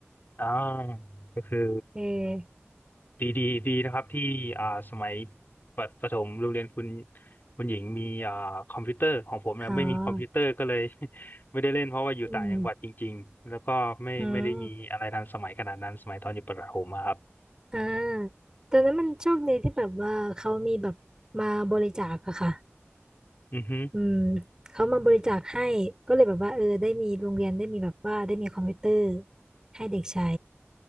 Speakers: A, on the left; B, on the right.
A: อ่าก็คือ
B: เออ
A: ดีดีดีนะครับที่อ่าสมัยประประถมโรงเรียนคุณคุณหญิงมีอ่าคอมพิวเตอร์ของผมเนี่ยไม่มีคอมพิวเตอร์ก็เลย
B: อ๋อ
A: <laughs> ไม่ได้เล่นเพราะว่าอยู่ต่างจังหวัดจริงๆแล้วก็ไม่ไม่ได้มีอะไรทันสมัยขนาดนั้นสมัยตอนอยู่ประถมอะครับ
B: อืมอืมอ่าตอนนั้นมันโชคดีที่แบบว่าเขามีแบบมาบริจาคอะค่ะ
A: อือฮึ
B: อืมเขามาบริจาคให้ก็เลยแบบว่าเออได้มีโรงเรียนได้มีแบบว่าได้มีคอมพิวเตอร์ให้เด็กใช้